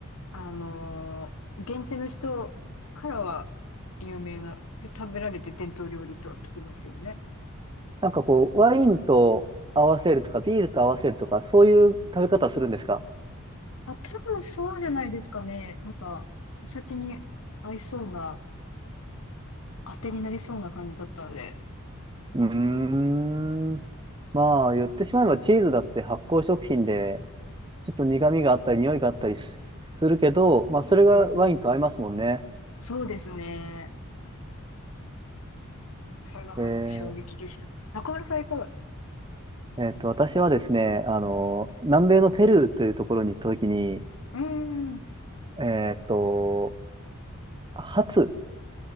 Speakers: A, on the left; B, on the right.
A: あのー現地の人からは有名な、食べられて伝統料理とは聞きますけどね。
B: なんかこう、ワインと合わせるとか、ビールと合わせるとか、そういう食べ方するんですか
A: あ、多分そうじゃないですかね。なんか、お酒に合いそうな、当てになりそうな感じだったので。
B: うーん。まあ、言ってしまえばチーズだって発酵食品で、ちょっと苦味があったり、匂いがあったりするけど、まあ、それがワインと合いますもんね。
A: うん。そうですね。それがまず衝撃でした。
B: えー
A: 中村さんいかがですか
B: えーと、私はですね、あの、南米のペルーというところに行った時に、
A: うーん。
B: えっと、ハツ、